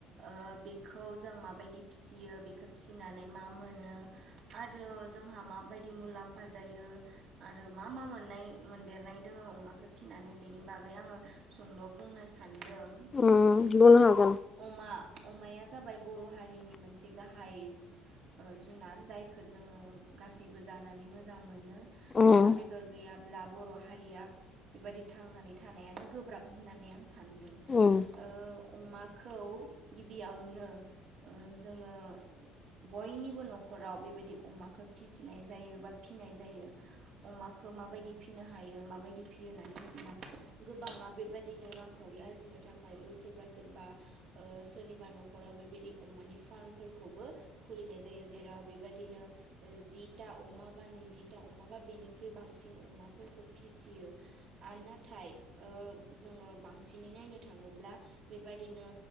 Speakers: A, on the right; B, on the left.
A: ओ बेखौ जों माबायदि फिसियो बेखौ फिसिनानै मा मोनो आरो जोंहा माबायदि मुलाम्फा जायो आरो मा मा मोननाय मोनदेरनाय दोङो अमाखौ फिनानै बेनि बागै आङो सुंद' बुंनो सानदों
B: उम बुंनो हागोन।
A: अमा अमाया जाबाय बर' हारिनि मोनसे गाहाय जु जुनार जायखौ जोङो गासैबो जानानै मोजां मोनो।
B: उम
A: अमा बेदर गैयाब्ला बर' हारिया बेबादि थांनानै थानायानो गोब्राब होननानै आं सा दों
B: उम
A: ओ अमाखौ गिबियावनो जोङो बयनिबो न' खराव बेबायदि अमाखौ फिसिनाय जायो बा फिनाय जायो। अमाखौ माबायदि फिनो हायो माबायदि फियो होननानै होनोब्ला गोबाङा बेबायदिनो रांखावरि आरजिनो थाखायबो सोरबा सोरबा ओ सोरनिबा न'खराव बेबायदि अमानि फार्मफोरखौबो खुलिनाय जायो जेराव बेबायदिनो जिता अमा बा नैजता अमा बा बेनि ख्रुइ बांसिन अमाफोरखौ फिसियो आरो नाथाय ओ जोङो बांसिनै नायनो थाङोब्ला बेबायदिनो